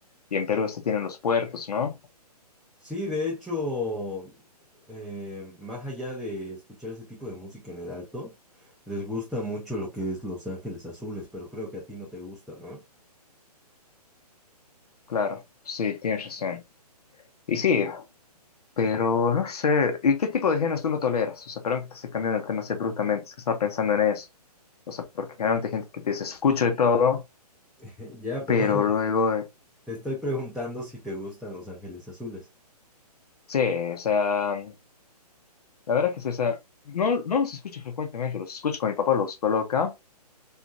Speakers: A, on the left; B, in the centre.
A: Y en Perú este tienen los puertos, ¿no?
B: Sí, de hecho, eh, más allá de escuchar ese tipo de música en el alto, les gusta mucho lo que es Los Ángeles Azules, pero creo que a ti no te gusta, ¿no?
A: Claro. Sí, tienes razón. Y sí, pero no sé. ¿Y qué tipo de géneros tú no toleras? O sea, perdón que te esté cambiando el tema así bruscamente, es que estaba pensando en eso. O sea, porque generalmente hay gente que te dice, escucho de todo,
B: <laughs> Ya, pero
A: pero
B: <laughs>
A: luego. eh,
B: te estoy preguntando si te gustan Los Ángeles Azules.
A: Sí, o sea, la verdad que sí, o sea, no, no los escucho frecuentemente, los escucho con mi papá, los coloca,